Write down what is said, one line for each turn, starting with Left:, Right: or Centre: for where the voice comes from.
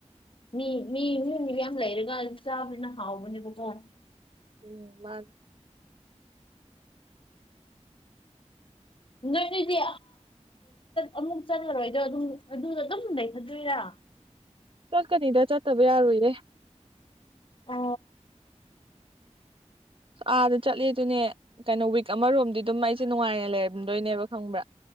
Left: ꯃꯤ ꯃꯤ ꯃꯤꯏꯅꯤꯕ ꯌꯥꯝ ꯂꯩꯔꯒ ꯆꯥꯕꯅꯤꯅ ꯍꯥꯎꯕꯅꯦꯕ ꯐꯣꯟ
Right: ꯎꯝ ꯃꯥ
Left: ꯅꯣꯏ ꯅꯣꯏꯗꯤ ꯑꯃꯨꯛ ꯆꯠꯂꯔꯣꯏꯗꯣ ꯑꯗꯨꯝ ꯑꯗꯨꯗ ꯑꯗꯨꯝ ꯂꯩꯊꯗꯣꯏꯔꯥ <inaudible>
Right: ꯆꯠꯀꯅꯤꯗ ꯆꯠꯇꯕ ꯌꯥꯔꯣꯏꯔꯦ
Left: ꯑ
Right: ꯑꯥꯗ ꯆꯠꯂꯦ ꯑꯗꯨꯅꯦ ꯀꯩꯅꯣ ꯋꯤꯛ ꯑꯃꯔꯣꯝꯗꯤ ꯑꯗꯨꯝ ꯑꯩꯁꯦ ꯅꯨꯡꯉꯥꯏꯅ ꯂꯩꯔꯝꯗꯣꯏꯅꯦꯕ ꯈꯪꯕ꯭ꯔꯥ